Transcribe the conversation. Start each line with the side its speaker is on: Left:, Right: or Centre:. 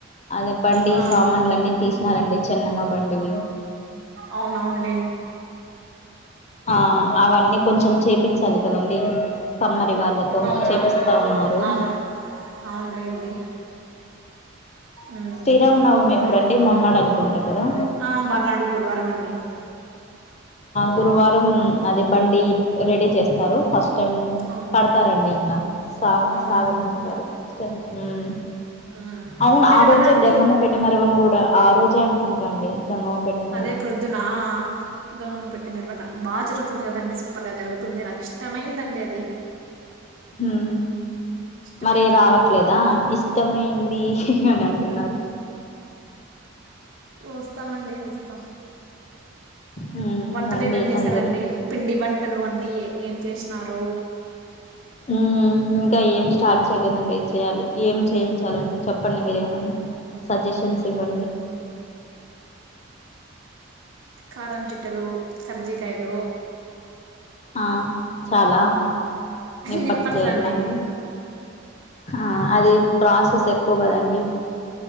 Left: అదే బండి
Right: ఆ,
Left: సామాన్లు అన్నీ తీసినారండి చెన్నమ్మ బండివి
Right: అవునవును
Left: ఆ అవన్నీ కొంచెం చేపించాలి కదండి కమ్మ <unintelligible>
Right: అవును
Left: చెపిస్తా వున్నారు
Right: అవును అవునులేండి మ్మ్,
Left: శ్రీరామనవమి ఎప్పుడుండి
Right: ఇం-
Left: మొన్నాడు అనుకుంటా కదా
Right: ఆ, మర్నాడు గురువారం అండి
Left: గురువారం అదే బండి రెడీ చేస్తారు ఫస్ట్ టైం
Right: అవునులే
Left: కడతారండి ఇంకా సాగు
Right: అవునవునులేండి
Left: సాగు నంపు ఉమ్
Right: మ్మ్,
Left: అవును
Right: మిరవనా
Left: ఆ రోజే
Right: అండి
Left: గంగమ్మ పెట్టమరవని కూడా ఆ రోజే అనుకుంటాండి గంగమ్మ పెట్ట మర
Right: అదే ప్రొద్దున గంగమ్మ పెట్టి బాగా జరుగుతుంది కదండి సూపర్ గా జరుగుతుంది నాకు ఇష్టమైనందండి అది
Left: హ
Right: ఇష్టమైన
Left: మరి
Right: పండుగ
Left: రావట్లేదా
Right: బాగా
Left: ఇష్టమై అని అంటున్నారు
Right: వస్తామండి వస్తాం
Left: హ్మ్
Right: వంటలు
Left: రండి
Right: ఏమేమి చేశారండి
Left: అందరూ
Right: పిండి వంటలు అన్నీ ఏ ఏం చేసినారు
Left: ఆ ఇంకా ఏం స్టార్ట్ చేయలేదండి చేయ్యాలి ఏం చేయించాలండి చెప్పండి మీరేమన్నా సజెషన్స్ ఇవ్వండి
Right: కారం చిట్టలు కరజీకాయలు
Left: ఆ చాలా నే
Right: నిప్పట్లు
Left: పట్టు చేయాలండి
Right: అండి
Left: ఆ అది ప్రాసెస్ ఎక్కువ కదండి